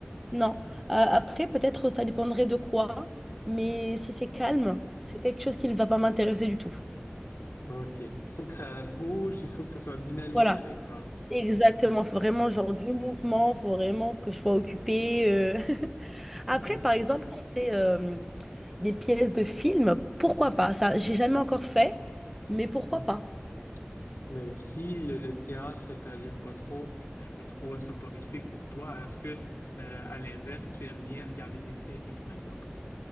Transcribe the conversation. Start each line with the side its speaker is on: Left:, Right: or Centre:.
Centre: Non. Euh, après, peut-être ça dépendrait de quoi, mais si c'est calme, c'est quelque chose qui ne va pas m'intéresser du tout.
Left: OK. Il faut que ça bouge, il faut que ce soit dynamique
Centre: Voilà.
Left: avec toi.
Centre: Exactement. Faut vraiment genre du mouvement, faut vraiment que je sois occupée. euh. <laughs> Après,
Left: Ah.
Centre: par exemple, quand c'est euh, des pièces de film, pourquoi pas? Ça, j'ai jamais encore fait, mais pourquoi
Left: Mhm.
Centre: pas?
Left: Mais si le, le théâtre t'allume pas trop, que c'est un peu trop soporifique pour toi, est-ce que, euh, à l'inverse, tu aimes bien regarder des séries, par exemple?